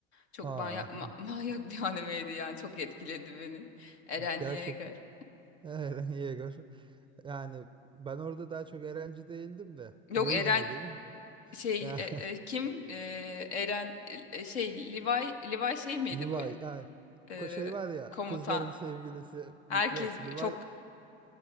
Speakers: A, on the left; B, on the right.
A: Çok
B: Aa
A: manyak, ma- <laughs> manyak bir animeydi yani çok etkiledi beni. Eren
B: <laughs> gerçekten
A: Yeager.
B: <laughs> Eren Yeager. Yani ben orada daha çok Erenci değildim de
A: Yok
B: Levici
A: Eren
B: de değilim.
A: şey
B: Ya
A: e, e,
B: <laughs>
A: kim E, Eren e, şey Levi Levi şey miydi
B: Levi
A: böyle
B: ay,
A: E,
B: ko- şey var ya
A: komutan
B: kızların sevgilisi
A: herkes
B: bir, yok
A: bö-
B: Levi
A: çok